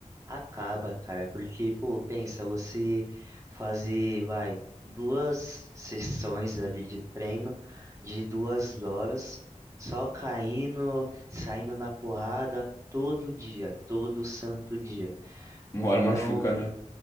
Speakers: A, on the right; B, on the left.
A: Acaba, cara, porque, pô, pensa, você fazer, vai, duas sessões ali de treino de duas horas, só caindo, saindo na porrada todo dia, todo santo dia.
B: Uma hora
A: Então,
B: machuca, né?